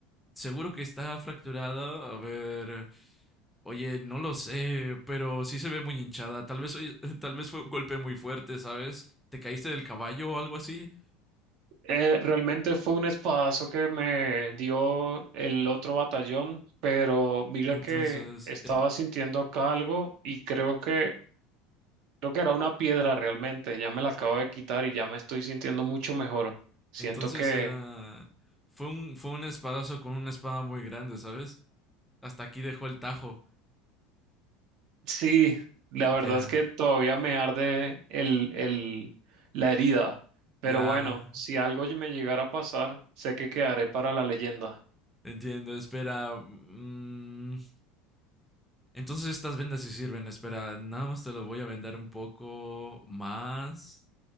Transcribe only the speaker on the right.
Eh, realmente fue un espadazo que me dio el otro batallón, pero mira
que estaba
sintiendo acá algo y creo que, creo que era una piedra realmente. Ya me la acabo de quitar y ya me estoy sintiendo mucho mejor. Siento
que
Sí, la verdad
es que todavía me arde el, el, la herida, pero
bueno, si algo me llegara a pasar, sé que quedaré para la leyenda.